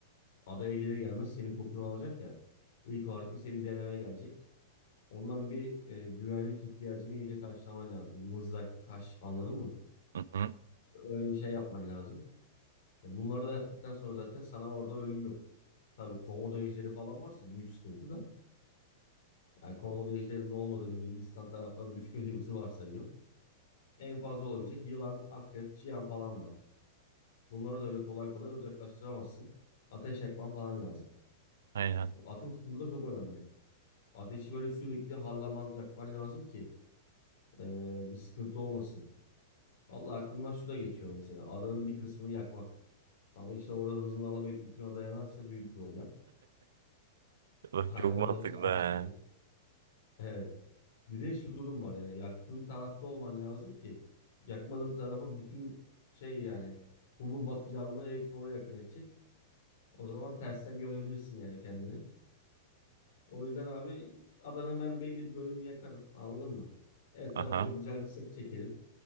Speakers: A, on the left; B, on the right.
A: Adaya gelir gelmez senin kokunu alacak ya. İlk olarak bir seni denemeye gelecek. Ondan bir e, güvenlik ihtiyacını iyice karşılaman lazım. Mızrak, taş anladın mı?
B: Hı hı.
A: Öyle bir şey yapman lazım. E, bunları da yaptıktan sonra zaten sana orada ölüm yok. Tabii komodo ejderi falan varsa büyük sıkıntı da. Yani komodo ejderinin olmadığını Hindistan taraflarına düşmediğimizi varsayıyor. En fazla olabilecek yılan, akrep, çiyan falan var. Bunları da öyle kolay kolay uzaklaştıramazsın. Ateş yakman falan lazım.
B: Aynen.
A: Ateş burada çok önemli. Ateşi böyle sürekli harlaman, yakman lazım ki e, bir sıkıntı olmasın. Vallahi aklımdan şu da geçiyor mesela. Adanın bir kısmını yakmak. Ama işte orada hızını alamayıp bütün ada yanarsa büyük problem.
B: Bak
A: Hani
B: çok
A: orada
B: mantıklı.
A: mesela aç
B: he.
A: kalırız. Evet. Bir de şu durum var yani yaktığın tarafta olman lazım ki yakmadığın tarafa bütün şey yani hububat canlı hepsi oraya yakın edecek. O zaman tersten görebilirsin yani kendini. O yüzden abi adanın ben belli bir bölümünü yakarım anladın mı? Etrafına
B: Aha.
A: güzel bir set çekerim.